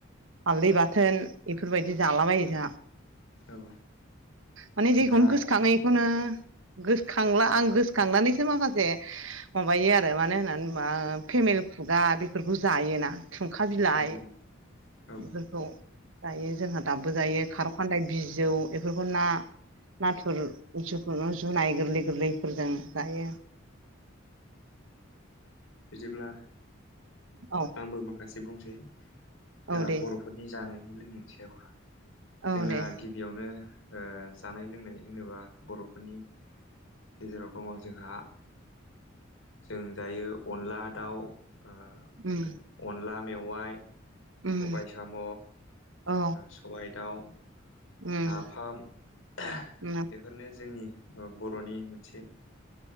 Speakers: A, on the right; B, on the left.
A: हालदै बाथोन बेफोरबायदि जालाबायो जोंहा
B: औ
A: माने
B: जोंहा
A: जिखौनो गोसो खाङो बेखौनो गोसोखांला आं गोसोखांनानैसो माखासे माबायो आरो मानो होननानै बुङोब्ला फेमेल खुगा बेफोरखौ जायोना खुंखा बिलाइ
B: औ औ
A: बेफोरखौ जायो जोंहा दाबो जायो खार खनदाय बिजौ बेफोरखौ ना नाथुरु जुनाय गोरलै गोरलैफोरजों जायो
B: बिदिब्ला
A: औ
B: आंबो माखासे बुंसै द
A: औ दे
B: बरफोरनि जानायनि लोंनायनि सायाव
A: औ
B: जोंना
A: दे
B: गिबियावनो औ जानाय लोंनाय होनोब्ला बरफोरनि गेजेराव दङ जोंहा जों दायो अनला दाउ ओमफ्राय
A: उम
B: अनला मेवाइ
A: उम
B: सबाय साम'
A: औ
B: सबाय दाउ
A: उम
B: नाफाम बेफोरनो
A: उम औ
B: जोंनि ओ बरनि मोनसे